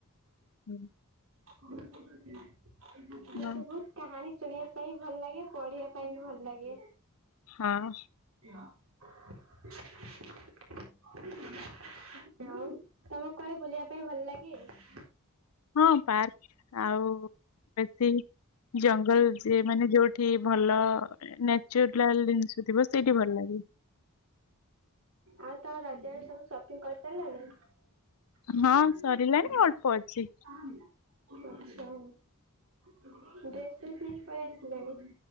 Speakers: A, on the left; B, on the right.
A: ହୁଁ
B: <inaudible>
A: ହଁ
B: ମତେ ବହୁତ କାହାଣୀ ଶୁଣିବା ପାଇଁ ଭଲ ଲାଗେ ପଢିବା ପାଇଁ ବି ଭଲ ଲାଗେ।
A: ହଁ।
B: <unintelligible> ଆଉ ତମକୁ କୁଆଡେ ବୁଲିବା ପାଇଁ ଭଲ ଲାଗେ।
A: ହଁ ପାର୍କ ଆଉ ବେଶୀ ଜଙ୍ଗଲ ଯିଏ ମାନେ ଯୋଉ ଠି ଭଲ ନ୍ୟାଚୁଲାଲ ଜିନିଷ ଥିବ ସେଇଠି ଭଲ ଲାଗେ।
B: ଆଉ ତ ରଜରେ ସବୁ ସପିଂ କରି ସାରିଲଣି। <unintelligible>
A: ହଁ ସରିଲାଣି ଅଳ୍ପ ଅଛି।
B: ଡ୍ରେସ୍ ପ୍ରେସ୍ ନେଇକି ପାଲେଇ ଆସିଲଣି।